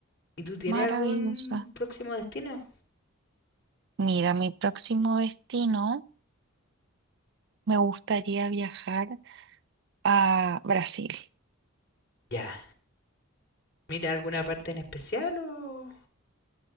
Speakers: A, on the left; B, on the right.
A: ¿Y tú tienes
B: Maravillosa.
A: algún próximo destino?
B: Mira, mi próximo destino. Me gustaría viajar a Brasil.
A: Ya. ¿Mira alguna parte en especial o...?